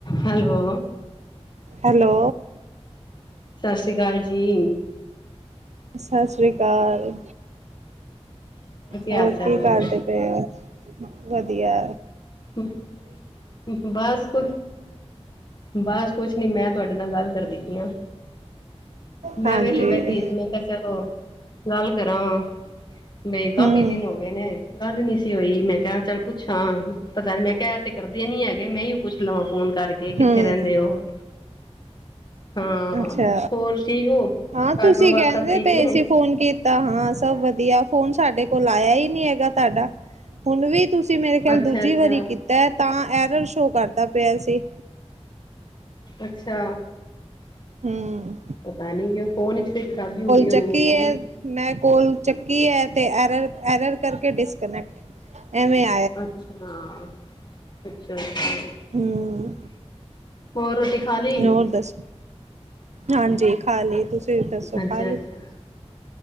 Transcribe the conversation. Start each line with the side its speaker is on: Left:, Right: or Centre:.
Left: Hello
Right: hello
Left: ਸਾਸੀ ਕਾਲ ਜੀ।
Right: ਸਸ ਸ੍ਰੀ ਕਾਲ ਹੋਰ
Left: ਹਾਲ ਚਾਲ
Right: ਕੀ
Left: ਨੇ
Right: ਕਰਦੇ? ਤੇ ਵਦੀਆ।
Left: <unintelligible> ਬਸ ਕੁਛ ਬਸ ਕੁਛ ਨੀ ਮੈਂ ਤੁਆਡੇ ਨਾਲ ਗੱਲ ਕਰਦੀ ਪਈ ਆਂ। ਮੈਂ
Right: ਹਾਂਜੀ
Left: ਵਿਹਲੀ ਬੈਠੀ ਸੀ ਮੈਂ ਕਿਆ ਚਲੋ ਗੱਲ ਕਰਾਂ। ਬਈ ਕਾਫੀ
Right: ਹਮ
Left: ਦਿਨ ਹੋ ਗਏ ਨੇ ਗੱਲ ਨੀ ਸੀ ਹੋਈ ਮੈਂ ਕਿਆ ਚੱਲ ਪੁੱਛਾਂ। ਪਤਾ ਨੀ ਮੈਂ ਕਿਆ ਏਤੇ ਕਰਦੇ ਨੀ ਹੈਗੇ ਮੈਂ ਯੋ ਪੁੱਛ ਲਵਾਂ ਫੋਨ ਕਰਕੇ ਕਿੱਥੇ
Right: ਹਮ
Left: ਰਹਿੰਦੇ ਉਹ। ਹਾਂ,
Right: ਅੱਛਾ
Left: ਹੋਰ ਠੀਕ ਹੋ
Right: ਹਾਂ
Left: ਘਰ
Right: ਤੁਸੀਂ
Left: ਪਰਿਵਾਰ
Right: ਕਹਿੰਦੇ
Left: ਸਭ ਠੀਕ
Right: ਪਏ
Left: ਨੇ।
Right: ਸੀ ਫੋਨ ਕੀਤ ਤਾਂ ਹਾਂ ਸਭ ਵਦੀਆ, ਫੋਨ ਸਾਡੇ ਕੋਲ ਆਇਆ ਈ ਨੀ ਐਗਾ ਤੁਆਡਾ ਹੁਣ ਵੀ ਤੁਸੀਂ ਮੇਰੇ ਖਿਆਲ
Left: ਅੱਛਾ
Right: ਦੂਜੀ
Left: ਅੱਛਾ
Right: ਵਾਰੀ ਕੀਤਾ ਤਾਂ ਐਰਰ ਸ਼ੋਅ ਕਰਦਾ ਪਿਆ ਸੀ।
Left: ਅੱਛਾ।
Right: ਹੂੰ।
Left: ਪਤਾ ਨੀ ਕਿਉ ਫੋਨ ਵਿੱਚ ਕੋਈ ਖਰਾਬੀ ਹੋਗੀ ਹੋਣੀ
Right: ਚੱਕੀ
Left: ਐ ਤਾਂ
Right: ਹੈ
Left: ਈ।
Right: ਮੈਂ ਕੋਲ ਚੱਕੀ ਐ ਤੇ ਐਰਰ ਐਰਰ ਕਰਕੇ ਡਿਸਕਨੈਕਟ ਐਵੇਂ ਆ
Left: ਅੱਛਾ, ਅੱਛਾ-ਅੱਛਾ,
Right: ਹਮ
Left: ਹੋਰ ਰੋਟੀ ਖਾ ਲਈ
Right: ਹੋਰ ਦੱਸੋ, ਹਾਂਜੀ ਖਾ ਲਈ ਤੁਸੀਂ ਤੁਸੀਂ ਦੱਸੋ
Left: ਅੱਛਾ
Right: ਖਾ ਲਈ।
Left: ਅੱਛਾ